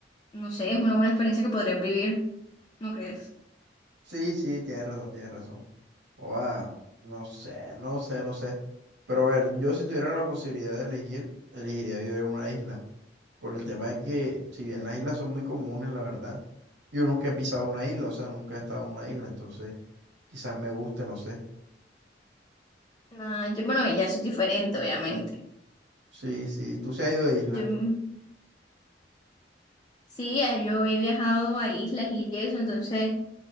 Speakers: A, on the left (about 25°); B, on the right (about 85°).
A: no sé, es una buena experiencia que podrías vivir, ¿no crees?
B: Sí, sí, tienes razón, tienes razón. Oa, no sé, no sé, no sé. Pero a ver, yo si tuviera la posibilidad de elegir, elegiría vivir en una isla. Por el tema de que, si bien las islas son muy comunes, la verdad, yo nunca he pisado una isla, o sea, nunca he estado en una isla, entonces quizás me guste, no sé.
A: Ah, yo, bueno, ya eso es diferente, obviamente.
B: Sí, sí, tú se has ido de isla.
A: Yo mm, sí, ya yo he viajado a islas y eso, entonces